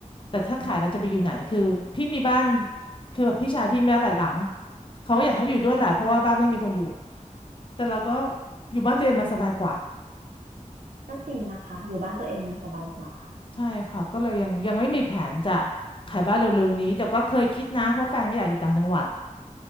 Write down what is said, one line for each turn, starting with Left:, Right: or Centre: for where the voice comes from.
Left: แต่ถ้าขายเราจะไปอยู่ไหนคือพี่มีบ้าน
Right: อืมก็
Left: คือแบบพี่ชายพี่มีบ้านหลายหลังเขาก็อยากให้ไปอยู่ด้วยแหละเพราะว่าบ้านไม่มีคนอยู่
Right: อืม
Left: แต่เราก็อยู่บ้านตัวเองมันสบายกว่า
Right: ก็จริงนะคะอยู่บ้านตัวเองมันสบายกว่า
Left: ใช่ค่ะก็เลยยังยังไม่มีแผนจะขายบ้านเร็วๆนี้แต่ก็เคยคิดนะเพราะแฟนก็อยากอยู่ต่างจังหวัด